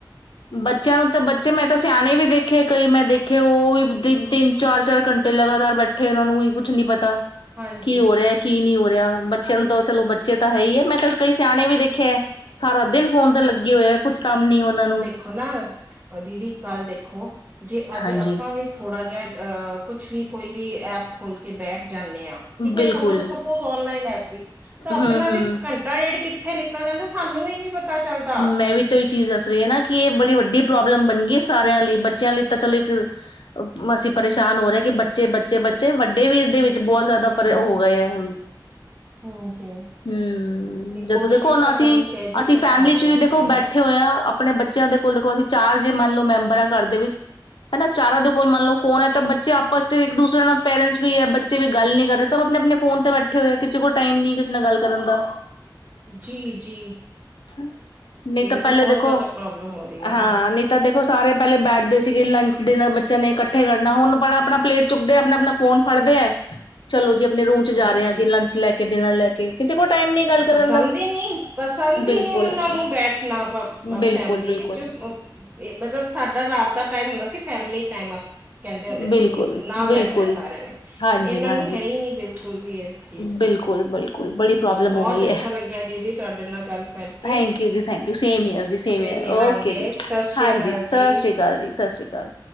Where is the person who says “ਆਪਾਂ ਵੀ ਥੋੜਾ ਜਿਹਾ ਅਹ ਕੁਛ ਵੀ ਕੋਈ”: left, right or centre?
Right